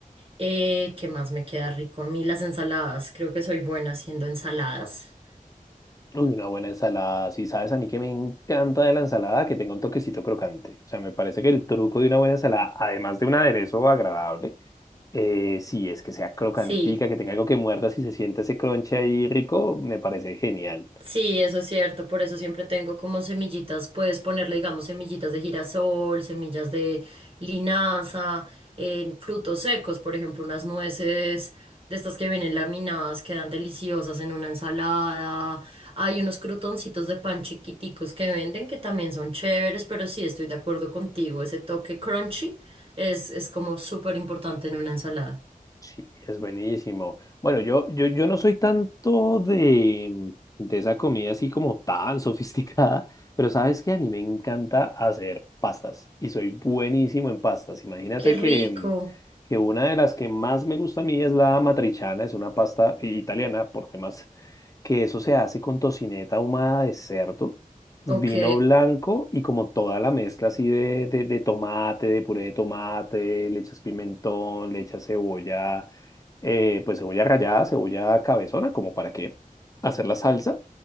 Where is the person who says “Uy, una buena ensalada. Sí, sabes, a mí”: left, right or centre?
Left